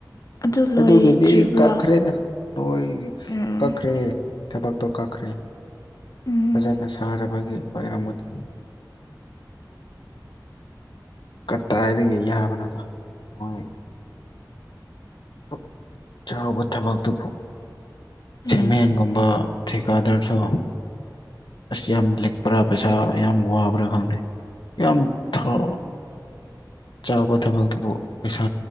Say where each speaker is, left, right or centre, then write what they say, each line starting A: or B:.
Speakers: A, on the left (about 50°); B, on the left (about 80°).
A: ꯑꯗꯨ ꯂꯣꯏꯗ꯭ꯔꯤꯕ꯭ꯔꯥ
B: ꯑꯗꯨꯒꯤꯗꯤ ꯀꯛꯈ꯭ꯔꯦꯗ ꯅꯣꯏ
A: ꯎꯝ
B: ꯀꯛꯈ꯭ꯔꯦ ꯊꯕꯛꯇꯣ ꯀꯛꯈ꯭ꯔꯦ
A: ꯎꯝ
B: ꯐꯖꯅ ꯁꯥꯔꯕꯒꯤ ꯑꯣꯏꯔꯝꯒꯅꯤ ꯀꯗꯥꯏꯗꯒꯤ ꯌꯥꯕꯅꯗꯣ ꯃꯣꯏ ꯁꯛ ꯆꯥꯎꯕ ꯊꯕꯛꯇꯨꯕꯨ
A: ꯎꯝ
B: ꯁꯃꯦꯟꯒꯨꯝꯕ ꯊꯤꯀꯥꯗꯔꯁꯨ ꯑꯁ ꯌꯥꯝ ꯂꯤꯛꯄ꯭ꯔꯥ ꯄꯩꯁꯥ ꯌꯥꯝ ꯋꯥꯕ꯭ꯔꯥ ꯈꯪꯗꯦ ꯌꯥꯝꯝꯊ ꯆꯥꯎꯕ ꯊꯕꯛꯇꯨꯕꯨ ꯄꯩꯁꯥ